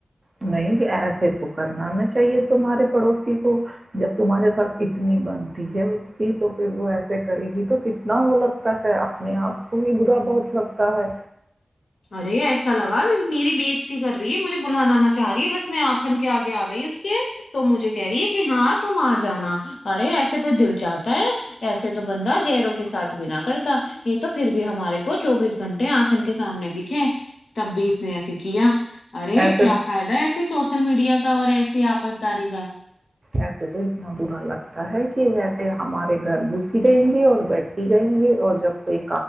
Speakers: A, on the right; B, on the left.
A: نہیں کہ ایسے تو کرنا نہ چاہیے تمہارے پڑوسی کو جب تمہارے ساتھ اتنی بنتی ہے اس کی تو پھر وہ ایسے کرے گی تو کتنا وہ لگتا ہے اپنے آپ کو ہی برا بہت لگتا ہے
B: ارے ایسا لگا میری بےزتی کر رہی ہے مجھے بلانا نہ چاہ رہی ہے بس میں آنکھن کے آگے <inaudible> تم آ جانا ارے ایسے تو کو دل چاہتا ہے ایسے تو بندہ گہرو کے ساتھ بنا کرتا یہ تو پھر بھی ہمارے کو چوبیس گھنٹے آنکھن کے سامنے تب بھی اس نے ایے کیا ارے
A: ایسے
B: کیا فائدہ ہے ایسی سوچ سول میڈیا کا اور ایسی آپسداری کا
A: ایسے تو اتنا برا لگتا ہے کہ ویسے ہمارے گھر گھس رہیں گے اور بیٹھی رہیں گے اور جب کوئی